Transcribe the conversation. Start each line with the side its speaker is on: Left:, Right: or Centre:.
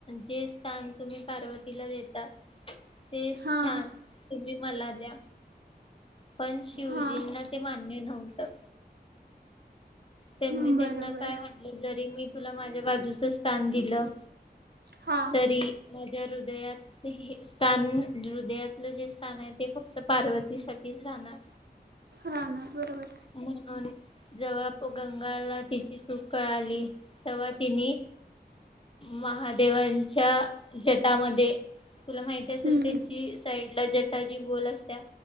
Left: जे- स्थान तुम्ही पार्वतीला देतात. ते
Right: हां
Left: स्थान तुम्ही.. मला दया.... पण शिवाजींना
Right: हां
Left: ते मान्य नव्हतं.. त्यांनी
Right: हं, बरोबर
Left: त्यांना काय म्हटलं जरी मी तुला माझ्या बाजूच स्थान दिलं
Right: हां
Left: तरी माझ्या हृदयात स्थान हृदयातलं जे स्थान आहे ते फक्त पार्वतीसाठीच राहणार....
Right: राहणार बरोबर
Left: म्हणून जवा.... व गंगाला तिची चूक कळाली तेव्हा तिने महादेवांच्या जटामध्ये तुला माहिती असेल
Right: हं,
Left: त्यांची साईडला जटा जी गोल असते